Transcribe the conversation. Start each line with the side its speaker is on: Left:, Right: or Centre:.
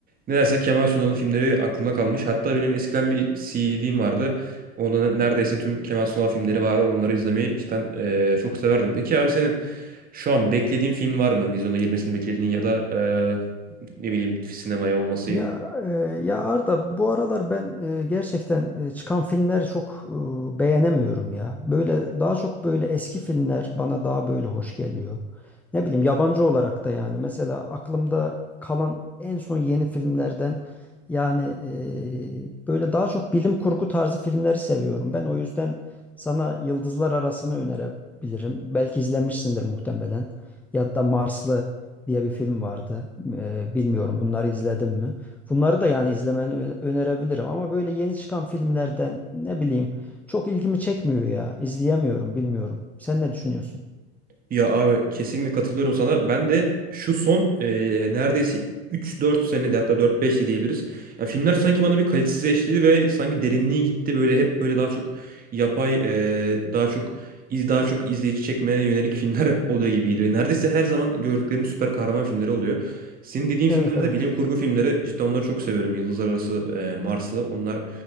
Right: nedense Kemal Sunal'ın filmleri aklımda kalmış. Hatta benim eskiden bir CD'm vardı. Onda ne- neredeyse tüm Kemal Sunal filmleri var. Onları izlemeyi cidden e, çok severdim. Peki abi senin şu an beklediğin film var mı? Vizyona girmesini beklediğin ya da e, ne bileyim sinemaya olması
Centre: Ya e, ya Arda bu aralar ben e, gerçekten e, çıkan filmleri çok e, beğenemiyorum ya. Böyle daha çok böyle eski filmler bana daha böyle hoş geliyor. Ne bileyim yabancı olarak da yani mesela aklımda kalan en son yeni filmlerden yani e, böyle daha çok bilim kurgu tarzı filmleri seviyorum. Ben o yüzden sana Yıldızlar Arası'nı önerebilirim. Belki izlemişsindir muhtemelen. Ya da Marslı diye bir film vardı. E, bilmiyorum bunları izledin mi? Bunları da yani izlemeni ö- önerebilirim ama böyle yeni çıkan filmlerden ne bileyim çok ilgimi çekmiyor ya. İzleyemiyorum, bilmiyorum. Sen ne düşünüyorsun?
Right: Ya abi kesinlikle katılıyorum sana. Ben de şu son e, neredeyse 3-4 senede hatta 4-5 de diyebiliriz. Ya filmler sanki bana bir kalitesizleşti ve sanki derinliği gitti. Böyle hep böyle daha çok yapay, e, daha çok iz daha çok izleyici çekmeye yönelik filmler <laughs> oluyor gibi geliyor. Neredeyse her zaman gördüklerim süper kahraman filmleri oluyor. Senin dediğin filmler
Centre: Evet evet.
Right: de bilim kurgu filmleri. Cidden onları çok seviyorum. Yıldızlar Arası, e, Marslı. Onlar